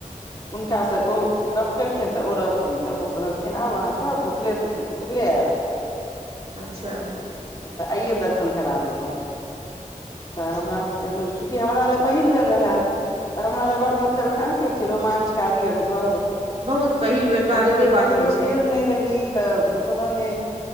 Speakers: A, on the left (about 30°); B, on the right (about 50°).
A: हुनका से ओ गप्प केलखिन तऽ ओ रहथिन तऽ ओ कहलखिन आ वहा से भुखले। भुखले अएब
B: अच्छा।
A: तऽ आइये दर्शन करा देब हम तऽ
B: अच्छा
A: हमरा सभके इ हमरा ले पहिल बेर रहे तऽ हमरा ले बड म। कऽ कहे छै, रोमांचकारी अनुभव।
B: बहुत पहिल बेरका
A: कहियो
B: अलगे बात
A: कहियो
B: होइ छै
A: गेल नहि रहि तऽ। कोनो नहि